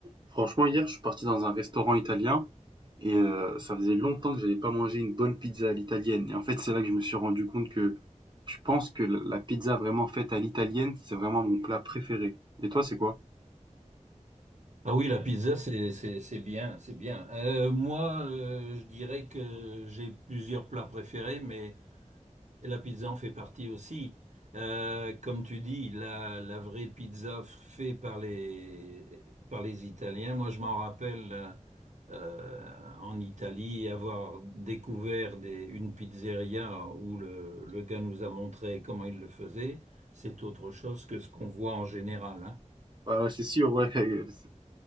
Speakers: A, on the right; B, on the right.
A: Franchement, hier, je suis parti dans un restaurant italien et euh, ça faisait longtemps que j'avais pas mangé une bonne pizza à l'italienne. Et en fait, c'est là que je me suis rendu compte que je pense que la la pizza vraiment faite à l'italienne, c'est vraiment mon plat préféré. Et toi, c'est quoi?
B: Ah oui, la pizza, c'est, c'est, c'est bien, c'est bien. Euh, moi, euh, je dirais que j'ai plusieurs plats préférés, mais la pizza en fait partie aussi. Euh, comme tu dis, la, la vraie pizza faite par les, par les Italiens. Moi, je m'en rappelle euh, euh, en Italie avoir découvert des, une pizzeria où le, le gars nous a montré comment il le faisait. C'est autre chose que ce qu'on voit en général,
A: Ah, c'est sûr, ouais, <laughs> c'est